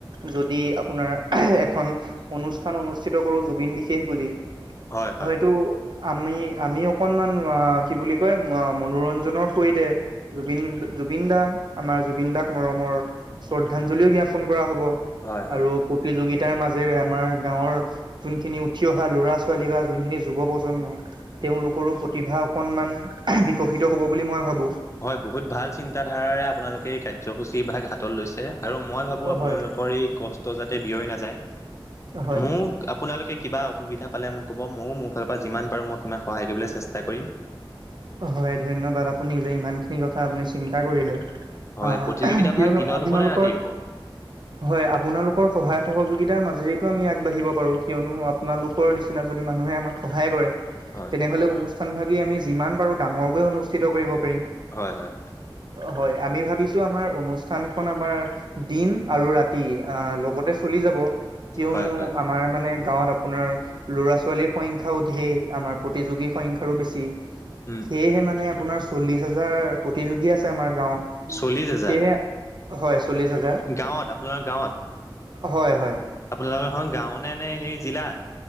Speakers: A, on the right; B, on the left.
A: যদি আপোনাৰ এখন অনুষ্ঠান অনুষ্ঠিত কৰো জুবিন বিশেষ বুলি-
B: হয় হয়
A: হয়তো
B: হয়।
A: আমি আমি অকনমান অ কি বুলি কয় মনোৰঞ্জনৰ সৈতে জুবিন জুবিন দা আমাৰ জুবিন দাক মৰমৰ শ্ৰদ্ধাঞ্জলিও জ্ঞাপন কৰা হ'ব।
B: হয় হয়
A: আৰু প্ৰতিযোগিতাৰ মাজেৰে আমাৰ গাঁৱৰ যোনখিনি উঠি অহা ল'ৰা ছোৱালী বা যোনখিনি যুৱ প্ৰজন্ম তেওঁলোকৰো প্ৰতিভা অকনমান- বিকশিত হ'ব বুলি মই ভাবো।
B: হয় বহুত ভাল চিন্ত ধাৰাৰে আপোনালোকে এই কাৰ্যসূচী ভাগ হাতত লৈছে। আৰু মই ভাবোঁ আপোনালোকৰ
A: হয়
B: এই কষ্ট যাতে ব্যয় নাযায়।
A: হয়
B: মোক আপোনালোকে কিবা অসুবিধা পালে মোক ক'ব ময়ো মোৰ ফালৰ পৰা যিমান পাৰোঁ মই সিমান সহায় কৰিবলৈ চেষ্টা কৰিম।
A: হয় ধন্যবাদ আপুনি যে ইমান খিনি কথা আপুনি চিন্তা কৰিলে।
B: হয়
A: অ
B: প্ৰতিযোগিতা
A: কিয়নো
B: ভাগ দিনত
A: আপোনালোকৰ
B: হ'ব নে ৰাতি হ'ব
A: হয় আপোনালোকৰ সহায় সহযোগিতা, তাৰ মাজেতো আমি আগবাঢ়িব পাৰোঁ কিয়নো আপোনালোকৰ নিচিনা যদি মানুহে আমাক সহায় কৰে।
B: হয়
A: তেনেহলে
B: হয়
A: অনুষ্ঠান ভাগি আমি যিমান পাৰো ডাঙৰকৈ অনুষ্ঠিত কৰিব প-
B: হয় হয়।
A: হয় আমি ভাবিছো আমাৰ অনুষ্ঠানখন আমাৰ দিন। আৰু ৰাতি আহ লগতে চলি যাব কিয়নো
B: হয় হয়
A: আমাৰ মানে গাঁৱত আপোনাৰ- ল'ৰা, ছোৱালীৰ সংখ্যাও ঢেৰ আমাৰ প্ৰতিযোগীৰ সংখ্যাও বেছি।
B: উম
A: সেয়েহে মানে আপোনাৰ চল্লিশ হাজাৰ প্ৰতিযোগী আছে আমাৰ গাওত সে
B: চল্লিশ হাজাৰ
A: হয় চল্লিশ হাজাৰ-
B: গাঁৱত আপোনাৰ গাঁৱত
A: হয় হয়।
B: আপোনালোকৰ এখন গাঁও নে নে সেই জিলা?